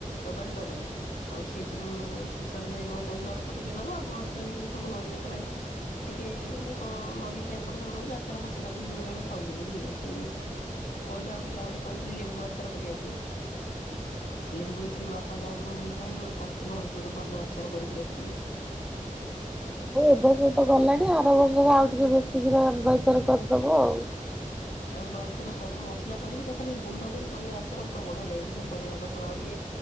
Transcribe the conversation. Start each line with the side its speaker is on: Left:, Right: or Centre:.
Left: ଡବାରେ ଡବାଇ। ଆଉ ସେଇଥିରୁ ସୁଶାନ୍ତ ଭାଇ କଣ କହିଛି ଅଳ୍ପ ଟିକେ ନବ ଆଉ ଘରେ ତ ଏମତି ବି ସବୁ ଲଗି ଯେତେବେଳେ ଟିକେ ମ କଣ ଲଗି ଖାଇବା ପେ ସେ ପଟଉଛି ଆଚାର ଫାଚ ଲଗି ବେଳେ ଖାଉଛନ୍ତି ବୁଝିଲ ସେ ସେ କହିଲା ଆଉ ଟିକେ ଆଉ ଗୋଟେ କହିଥିଲି ଲେମ୍ବୁ ଆଚାର କରିବା ପାଇଁ। ଲେମ୍ବୁ ଏଇଥର ବାପା ଯାଆନ୍ତୁ ଭୁବନେଶ୍ୱର ହେଲେ ଗୋଟେ ତାକୁ ଭାବୁଛି ଗୋଟେ ଭଲ ଆଚ କରିକି ରଖିବି।
Centre: ମୁଁ ଏବର୍ଷତ ଗଲାଣି ଆର ବର୍ଷରେ ଆଉ ଟିକେ ବେଶୀିକିନବା ଭିତରେ କରିଦବୁ ଆଉ।
Left: ଆମ୍ବ ଆଚାର ସବୁ ମସଲା କରିକି ତା ଖାଲି ଗୁଣ୍ଡ କରି କରିବା ଆଚାର ପୁରା ବଢିଆ ଲାଗେ ଦେଖିବା କରିବା ଆଗଥର ଆଉ ଟିକେ